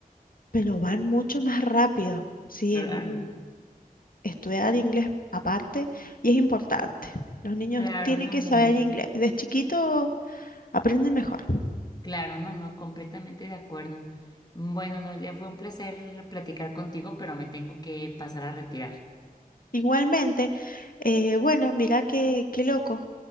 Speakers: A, on the left; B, on the left.
A: pero van mucho más rápido. Sí,
B: Claro,
A: en un estudiar inglés aparte y es importante. Los niños
B: claro,
A: tienen
B: no,
A: que
B: no,
A: saber
B: no.
A: inglés. De chiquito aprenden mejor.
B: Claro, no, no, completamente de acuerdo. Bueno, Noelia, fue un placer platicar contigo, pero me tengo que pasar a retirar.
A: Igualmente, eh, bueno, mira qué, qué loco.